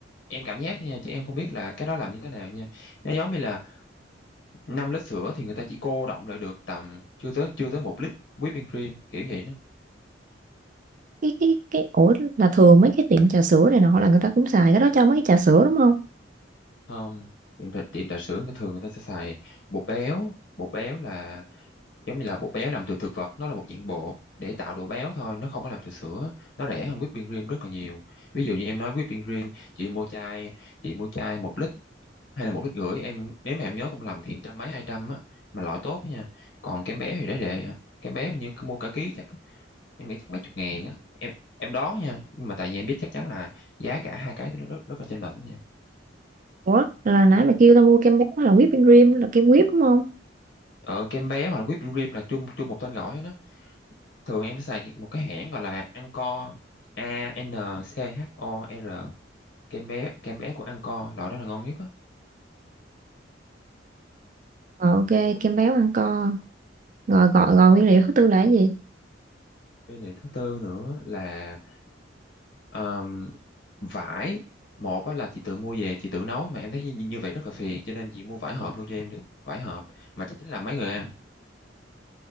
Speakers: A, on the left; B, on the right.
A: em cảm giác thôi nha chứ em không biết là cái đó làm như thế nào nha nó giống như là 5 lít sữa thì người ta chỉ cô đọng lại được tầm chưa tới chưa tới một lít whipping cream kiểu vậy đó
B: cái cái cái ủa là thường mấy cái tiệm trà sữa này nọ là người ta cũng xài cái đó cho mấy cái trà sữa đúng không
A: không tiệm trà tiệm trà sữa người thường người ta sẽ xài bột béo bột béo là giống như là bột béo làm từ thực vật nó là một dạng bột để tạo độ béo thôi nó không có làm từ sữa nó rẻ hơn whipping cream rất là nhiều ví dụ như em nói whipping cream chị mua chai chị mua chai một lít hay là một lít rưỡi em nếu mà em nhớ không lầm thì trăm mấy hai trăm á mà loại tốt á nha còn kem béo thì rẻ rẻ à. kem béo hình như mua cả ký chắc em nghĩ chắc mấy chục ngàn á em em đoán nha nhưng mà tại vì em biết chắc chắn là giá cả hai cái nó rất, rất là chênh lệch đó nha
B: ủa là nãy mày kêu tao mua kem béo là whipping cream là kem whip đúng không
A: ờ kem béo hoặc là whipping cream là chung chung một tên gọi hết đó thường em xài cái- một cái hãng gọi là Anchor A N C H O R kem bé kem bé của Anchor loại đó là ngon nhất á
B: rồi ok kem béo ăn co rồi gọi rồi nguyên liệu thứ tư là cái gì
A: với lại thứ tư nữa là um, vải một á là chị tự mua về chị tự nấu mà em thấy như, như vậy rất là phiền cho nên chị mua vải hộp luôn cho em đi vải hộp mà chắc tính là mấy người ăn